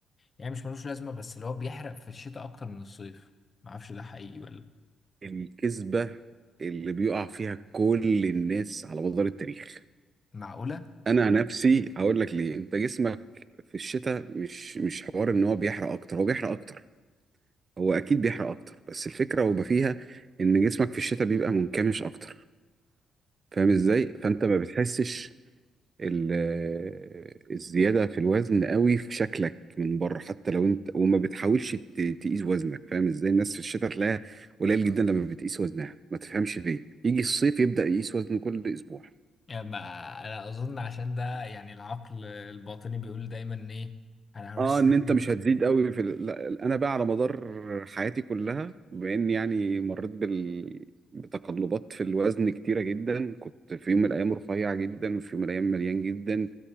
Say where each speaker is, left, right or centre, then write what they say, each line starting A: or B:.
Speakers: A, on the left; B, on the right.
A: يعني مش ملوش لازمة بس اللي هو بيحرق في الشتاء أكتر من الصيف معرفش ده حقيقي ولا
B: الكذبه اللي بيقع فيها كل الناس على مدار التاريخ
A: معقولة؟
B: انا نفسي هقول لك ليه انت جسمك في الشتاء مش مش حوار ان هو بيحرق اكتر هو بيحرق اكتر هو اكيد بيحرق اكتر بس الفكره هو بقى فيها ان جسمك في الشتاء بيبقى منكمش اكتر فاهم
A: مم.
B: ازاي فانت ما بتحسش ال- آه، الزياده في الوزن قوي في شكلك من بره حتى لو انت وما بتحاولش ت- تقيس وزنك فاهم ازاي الناس في الشتاء تلاقيها قليل جدا لما بتقيس وزنها ما تفهمش ليه يجي الصيف يبدا يقيس وزنه كل اسبوع
A: يعني ما أنا أظن عشان ده يعني العقل الباطني بيقول دايما إيه أنا هروح
B: اه
A: الساحل
B: ان انت مش هتزيد قوي في ال... لا انا بقى على مدار حياتي كلها بما اني يعني مريت بال... بتقلبات في الوزن كتيره جدا كنت في يوم من الايام رفيع جدا وفي يوم من الايام مليان جدا